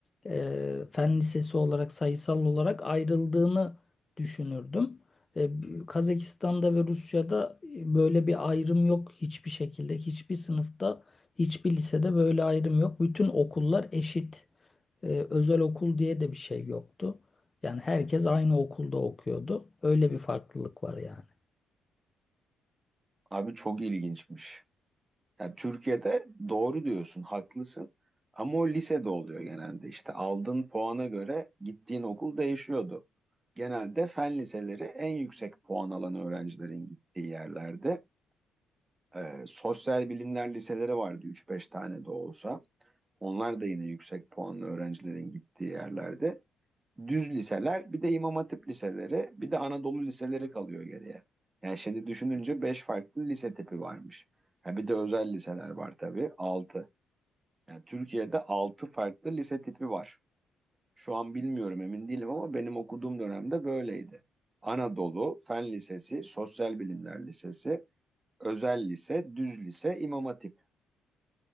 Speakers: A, on the left; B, on the right.
A: e, fen lisesi olarak sayısal olarak ayrıldığını düşünürdüm. E, Kazakistan'da ve Rusya'da e, böyle bir ayrım yok hiçbir şekilde. Hiçbir sınıfta, hiçbir lisede böyle ayrım yok. Bütün okullar eşit. E, özel okul diye de bir şey yoktu. Yani herkes aynı okulda okuyordu. Öyle bir farklılık var yani.
B: Abi çok ilginçmiş. Yani Türkiye'de doğru diyorsun, haklısın. Ama o lisede oluyor genelde. İşte aldığın puana göre gittiğin okul değişiyordu. Genelde fen liseleri en yüksek puan alan öğrencilerin gittiği yerlerde. Ee, sosyal bilimler liseleri vardı üç beş tane de olsa. Onlar da yine yüksek puanlı öğrencilerin gittiği yerlerde. Düz liseler, bir de İmam Hatip liseleri, bir de Anadolu liseleri kalıyor geriye. Yani şimdi düşününce 5 farklı lise tipi varmış. Ha bir de özel liseler var tabii altı Yani Türkiye'de 6 farklı lise tipi var. Şu an bilmiyorum emin değilim ama benim okuduğum dönemde böyleydi. Anadolu, Fen Lisesi, Sosyal Bilimler Lisesi, Özel Lise, Düz Lise, İmam Hatip.